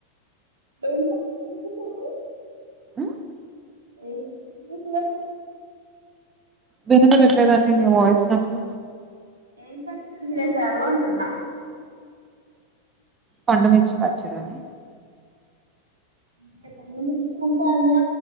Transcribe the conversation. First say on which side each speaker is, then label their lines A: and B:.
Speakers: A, on the right; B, on the right.
A: డెంట్ సారు
B: అ
A: ఏకాసు <unintelligible>
B: విన్నపడట్లేదండి నీ వాయిస్ నాకు
A: ఏం పర్ వదిలేసారు అంటున్నా
B: పడుమిచ్చి పచ్చడి అని
A: అంటే పండుమిర్చి ఉంటాయి. అందు